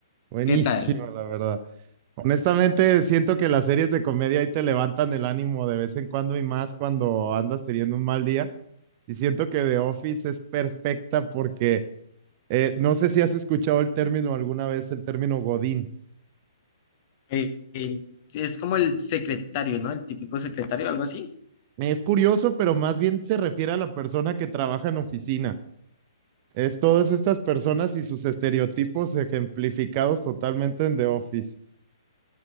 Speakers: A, on the right; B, on the left.
A: buenísima,
B: ¿Qué tal?
A: la verdad. Honestamente, siento que las series de comedia ahí te levantan el ánimo de vez en cuando y más cuando andas teniendo un mal día. Y siento que The Office es perfecta porque eh, no sé si has escuchado el término alguna vez, el término Godín.
B: Eh, eh, es como el secretario, ¿no? El típico secretario, algo así.
A: Es curioso, pero más bien se refiere a la persona que trabaja en oficina. Es todas estas personas y sus estereotipos ejemplificados totalmente en The Office.